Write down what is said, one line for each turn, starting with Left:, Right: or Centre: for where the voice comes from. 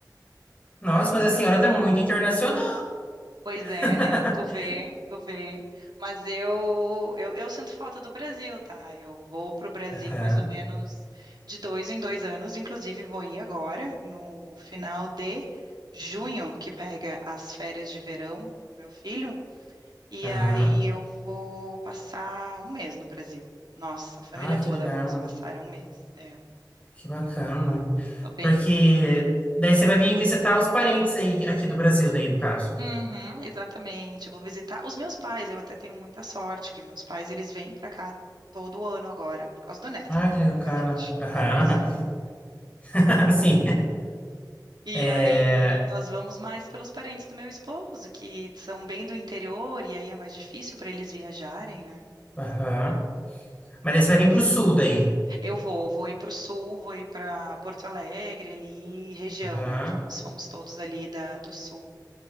Right: Mas,
Left: Nossa, mas a senhora tá muito internacional!
Right: pois é,
Left: <laughs>
Right: né? Tu vê, tu vê. Mas eu, eu, eu sinto falta do Brasil, tá? Eu vou para o Brasil
Left: Aham,
Right: mais ou menos de dois em dois anos, inclusive vou ir agora, no final de junho, que pega as férias de verão do meu filho. E
Left: aham.
Right: aí eu vou passar um mês no Brasil. Nossa, a família
Left: Ah,
Right: toda,
Left: que legal,
Right: vamos passar um mês. É,
Left: que bacana.
Right: então, tô bem.
Left: Porque daí você vai vir visitar os parentes aí, aqui do Brasil, daí, no caso.
Right: Uhum, exatamente. Eu vou visitar os meus pais. Eu até tenho muita sorte que meus pais, eles vêm pra cá todo ano agora, por causa do neto,
Left: Ah,
Right: né?
Left: que bacana.
Right: Obviamente,
Left: Aham.
Right: não é por causa minha.
Left: <laughs> Sim.
Right: E
Left: É...
Right: aí nós vamos mais pelos parentes do meu esposo, que são bem do interior, e aí é mais difícil para eles viajarem, né?
Left: Aham. Mas daí você vai vir pro sul daí.
Right: Eu vou, vou ir para o sul, vou ir para Porto Alegre, ali, região,
Left: Aham.
Right: né? Que somos todos ali da, do sul.